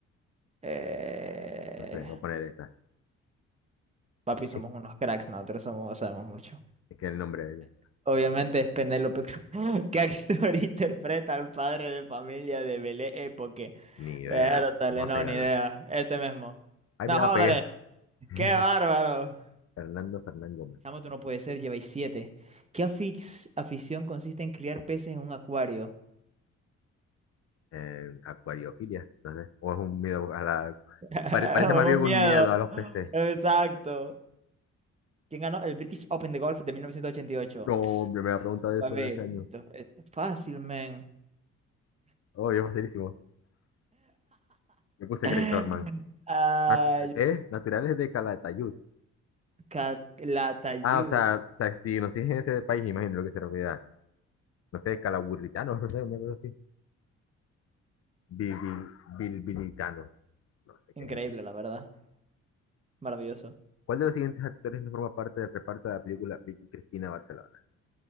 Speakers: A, on the right; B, on the left.
A: Eh,
B: No sé, voy a poner esta.
A: Papi,
B: Sí,
A: somos unos cracks, nosotros somos, sabemos mucho.
B: es que el nombre de ella.
A: Obviamente es Penélope Cruz. <laughs> ¿Qué actor <laughs> interpreta al padre de familia de Belé Époque?
B: Ni idea.
A: Pero tal,
B: Vamos
A: no,
B: a pegarlo.
A: ni idea. Este mismo.
B: Ay,
A: No,
B: mira, la
A: hombre,
B: pegué. <laughs>
A: qué bárbaro.
B: Fernando Fernán Gómez.
A: Chamo, tú no puede ser, lleváis siete. ¿Qué afix- afición consiste en criar peces en un acuario?
B: Eh, acuariofilia. No sé. O es un miedo a la.
A: <laughs>
B: pare- parece
A: Un
B: más bien un
A: miedo,
B: miedo a los peces.
A: exacto. ¿Quién ganó el British Open de golf de 1988?
B: No,
A: Ps,
B: hombre, me ha preguntado
A: papi,
B: eso de hace años.
A: esto es fácil, man.
B: Oh, yo facilísimo. Me puse
A: <laughs>
B: Greg Norman.
A: Ay,
B: Nat- ¿Qué? Naturales de Calatayud.
A: Calatayud.
B: Ah, o sea, o sea, si nos siguen en ese país, imagino lo que se refiere. no sé, calaburritanos, <laughs> no sé, una cosa así. Bilbi- Bilbilitanos, no sé
A: Increíble,
B: qué es esa.
A: la verdad. Maravilloso.
B: ¿Cuál de los siguientes actores no forma parte del reparto de la película Vicky Cristina Barcelona?